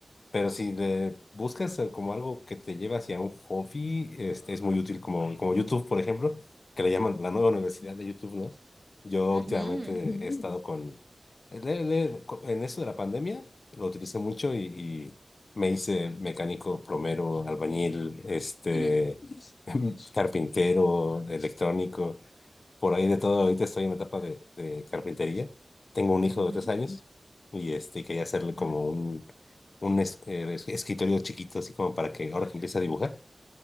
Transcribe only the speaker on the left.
Pero si le buscas eh, como algo que te lleva hacia un hobby, este, es muy útil, como, como YouTube, por ejemplo, que le llaman la nueva universidad de YouTube, ¿no? Yo
últimamente he estado con... le- le- co- en eso de la pandemia, lo utilicé mucho y y me hice mecánico, plomero, albañil, este
carpintero, electrónico, por ahí de todo. Ahorita estoy en la etapa de, de carpintería. Tengo un hijo
de tres años y este, quería hacerle como un, un es- eh, es- escritorio chiquito, así como para que ahora que empiece a dibujar,